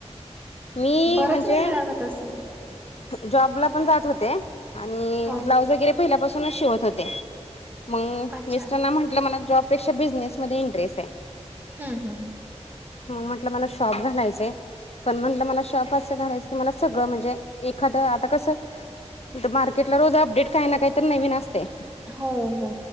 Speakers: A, on the left; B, on the right.
A: मी
B: बराच
A: म्हणजे
B: वेळ लागत असेल.
A: जॉबला पण जात होते आणि
B: हो
A: ब्लाऊज वगैरे पहिल्यापासूनच शिवत होते. मग
B: अच्छा
A: मिस्टरना म्हंटलं मला जॉबपेक्षा बिझनेसमध्ये इंटरेस्ट आहे.
B: हम हम.
A: हो म्हटलं मला शॉप घालायचाय. पण म्हणलं... मला शॉप असं करायचं... की मला सगळं म्हणजे एखादं... आता कसं... आता मार्केटला रोज अपडेट... काही ना... काही तरी... नवीन असतय
B: हो हो.